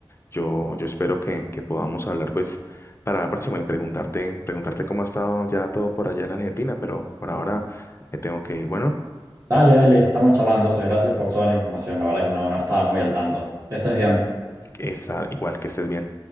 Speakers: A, on the left; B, on the right.
A: Yo, yo espero que, que podamos hablar pues para la próxima y preguntarte, preguntarte cómo ha estado ya todo por allá en Argentina, pero por ahora me tengo que ir. Bueno,
B: Dale, dale, estamos charlando, entonces gracias por toda la información. La verdad que no, no estaba muy al tanto. Que estés bien.
A: que está igual que estés bien.